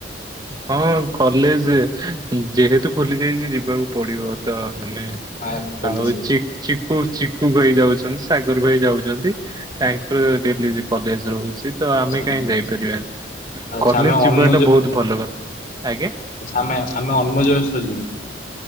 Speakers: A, on the right (about 20°); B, on the left (about 45°).
A: ହଁ କଲେଜ୍ ଯେହେତୁ ଖୋଲି ଯାଇଛି ଯିବାକୁ ପଡ଼ିବ। ତ ଆମେ
B: ଆ କଲେଜ
A: ଆଉ <unintelligible> ଚିକୁ ଚିକୁ ଭାଇ ଯାଉଛନ୍ତି ସାଗର ଭାଇ ଯାଉଛନ୍ତି ତାଙ୍କର ଡେଲି କଲେଜ ରହୁଛି। ତ ଆମେ
B: ଆଚ୍ଛା
A: କାହିଁ ଯାଇପାରିବାନି
B: ଆଚ୍ଛା
A: କଲେଜ୍
B: ଆମେ
A: ଯିବା
B: ଅନମୋଜ
A: ଟା ବହୁତ୍ ଭଲ କଥା ଆଜ୍ଞା।
B: ଆମେ ଆମେ <unintelligible>